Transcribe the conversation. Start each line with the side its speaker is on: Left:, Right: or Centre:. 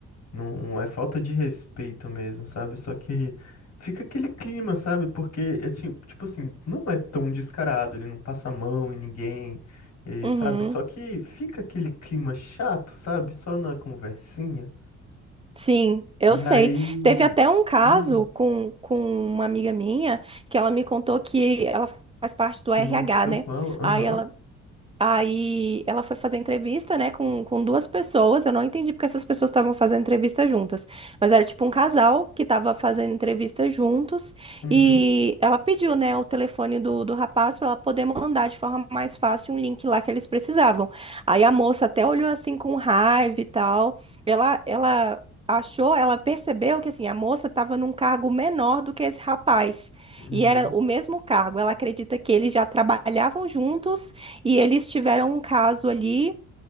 Left: Não é falta de respeito mesmo, sabe? Só que fica aquele clima, sabe? Porque eu ti- tipo assim, não é tão descarado, ele não passa a mão em ninguém, e,
Right: Uhum.
Left: sabe? Só que fica aquele clima chato, sabe? Só na conversinha.
Right: Sim, eu
Left: E
Right: sei.
Left: aí,
Right: Teve até um caso
Left: e o
Right: com, com uma amiga minha que ela me contou que ela faz parte do
Left: que
Right: RH,
Left: aconteceu
Right: né?
Left: com ela? Aham.
Right: Aí ela Aí ela foi fazer entrevista, né, com, com duas pessoas. Eu não entendi porque essas pessoas estavam fazendo entrevista juntas. Mas era tipo um casal que estava fazendo entrevista juntos.
Left: Uhum.
Right: E ela pediu, né, o telefone do, do rapaz para ela poder mandar de forma mais fácil um link lá que eles precisavam. Aí a moça até olhou assim com raiva e tal. Ela, ela achou, ela percebeu que assim, a moça estava num cargo menor do que esse rapaz.
Left: Uhum.
Right: E era o mesmo cargo. Ela acredita que eles já trabalhavam juntos e eles tiveram um caso ali